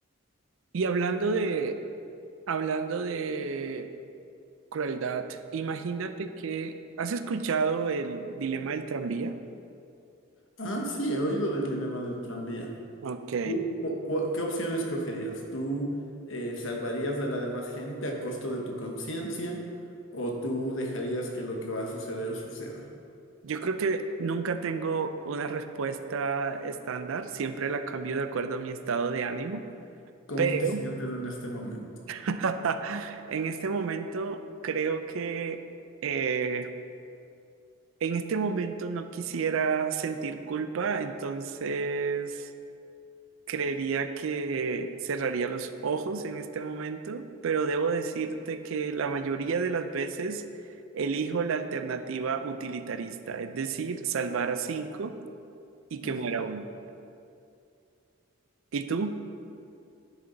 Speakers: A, on the right; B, on the left.
A: Y hablando de, hablando de crueldad, imagínate que, ¿has escuchado el dilema del tranvía?
B: Ah, sí, he oído del dilema del tranvía.
A: Ok,
B: ¿Tú cu- cu- ¿Qué opción escogerías? ¿Tú eh, salvarías a la demás gente a costo de tu conciencia o tú dejarías que lo que va a suceder suceda?
A: yo creo que nunca tengo una respuesta estándar, siempre la cambio de acuerdo a mi estado de ánimo,
B: ¿Cómo
A: pero
B: te sientes en este momento?
A: <laughs> en este momento creo que eh, en este momento no quisiera sentir culpa, entonces Creería que cerraría los ojos en este momento, pero debo decirte que la mayoría de las veces elijo la alternativa utilitarista, es decir, salvar a cinco y que
B: Ujú.
A: muera uno. ¿Y tú?